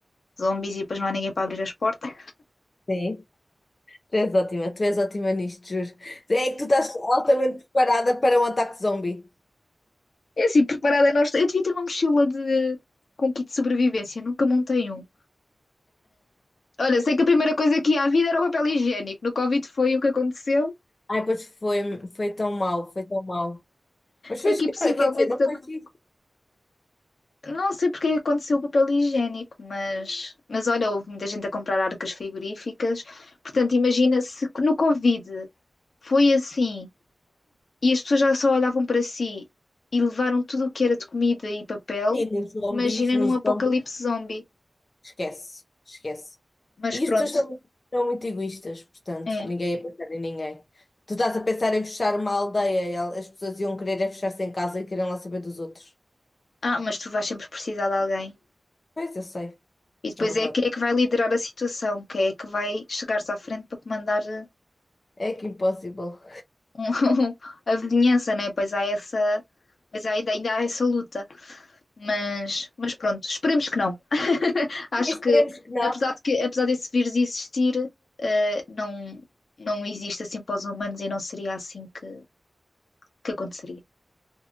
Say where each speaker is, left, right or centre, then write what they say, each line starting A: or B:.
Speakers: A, on the left; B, on the left.
A: zombies e depois não há ninguém para abrir as portas.
B: sim. Tu és ótima, tu és ótima nisto, juro. É que tu estás altamente preparada para um ataque zombie.
A: É assim, preparada nós. Eu devia ter uma mochila de... com kit de sobrevivência, nunca montei um. Olha, sei que a primeira coisa que ia à vida era o papel higiênico. No Covid foi o que aconteceu.
B: Ai, pois foi, foi tão mal foi tão mal Mas foi,
A: Aqui
B: giro,
A: possivelmente,
B: quer dizer, não foi giro.
A: não sei porque é que aconteceu o papel higiênico, mas, mas olha, houve muita gente a comprar arcas frigoríficas. Portanto, imagina se que no Covid foi assim e as pessoas já só olhavam para si e levaram tudo o que era de comida e papel.
B: Sim, nos zombies,
A: Imagina
B: nos
A: num apocalipse
B: zombies,
A: zombie.
B: esquece, esquece.
A: Mas
B: E as
A: pronto,
B: pessoas são, são muito egoístas, portanto,
A: é.
B: ninguém ia pensar em ninguém. Tu estás a pensar em fechar uma aldeia, e el- as pessoas iam querer é fechar-se em casa e queriam lá saber dos outros.
A: Ah, mas tu vais sempre precisar de alguém.
B: Pois, eu sei.
A: E depois
B: É verdade.
A: é quem é que vai liderar a situação, quem é que vai chegar-se à frente para comandar eh,
B: É que impossível.
A: um- <laughs> a vizinhança, né? Pois há essa, pois há- ainda, ainda há essa luta. Mas, mas pronto, esperemos que não. Acho
B: Esperemos
A: que
B: que não.
A: apesar de que, apesar desse vírus existir, eh, não, não existe assim para os humanos e não seria assim que, que aconteceria.